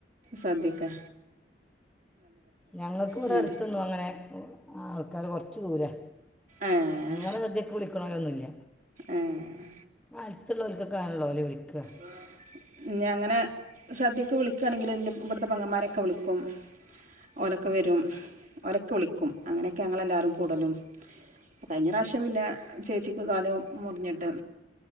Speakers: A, on the right; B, in the centre.
A: സദ്യക്കെ
B: ഞങ്ങക്ക് ഇവ്ടെ
A: എന്നിട്ട്
B: അട്ത്തൊന്ന് അങ്ങനെ ആൾക്കാര് കൊർച്ച് ദൂരാ
A: ഏഹ്
B: ഇങ്ങനെ സദ്യക്ക് വിളിക്കണോരൊന്നു ഇല്ല
A: ഏഹ്
B: അടുത്ത്ള്ളോൽക്കൊക്കള്ളൂ ഓല് വിളിക്കാ
A: <inaudible> പിന്നെ അങ്ങനെ സദ്യക്ക് വിളിക്കാണെങ്കില് ഇന്റെ ഇബട്ത്തെ പെങ്ങന്മാരെക്കെ വിളിക്കും ഓലക്ക വരും ഓലെക്കെ വിളിക്കും അങ്ങനെയെക്കെ ഞങ്ങൾ എല്ലാരും കൂടലും കഴിഞ്ഞ പ്രാവശ്യ ശ്യം പിന്നെ ചേച്ചിക്ക് കാലും മുർഞ്ഞിട്ട്